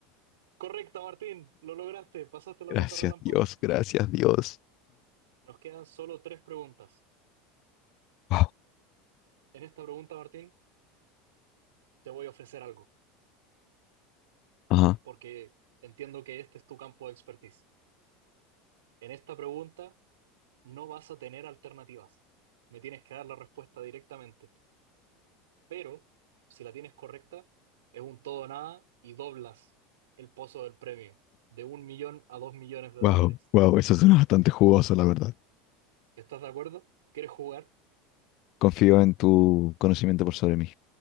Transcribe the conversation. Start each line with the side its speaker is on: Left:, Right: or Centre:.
Right: correcta, Martín. Lo lograste. Pasaste la
Left: Gracias
Right: ronda relámpago.
Left: Dios, gracias Dios.
Right: Nos quedan solo tres preguntas.
Left: Wow.
Right: En esta pregunta, Martín, te voy a ofrecer algo,
Left: Ajá.
Right: porque entiendo que este es tu campo de expertise. En esta pregunta no vas a tener alternativas. Me tienes que dar la respuesta directamente. Pero si la tienes correcta, es un todo o nada y doblas el pozo del premio de un millón a dos millones de dólares.
Left: Wow, wow, eso suena bastante jugoso, la verdad.
Right: ¿Estás de acuerdo? ¿Quieres jugar?
Left: Confío en tu conocimiento por sobre mí.